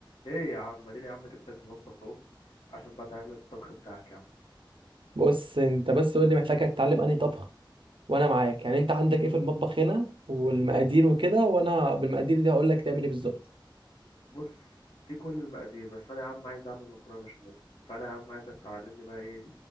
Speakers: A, on the left; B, on the right.
A: ايه يا عم اديني يا عم جبتك المطبخ اهو عشان بقى تعلمني الطبخ بتاعك يا عم
B: بص انت بس قول لي محتاج تتعلم انهي طبخ وانا معاك يعني انت عندك ايه في المطبخ هنا والمقادير وكده وانا بالمقادير دي هقول لك تعمل ايه بالظبط
A: بص في كل المقادير بس انا يا عم عايز اعمل مكرونه بشاميل فانا يا عم عايزك تعلمني بقى ايه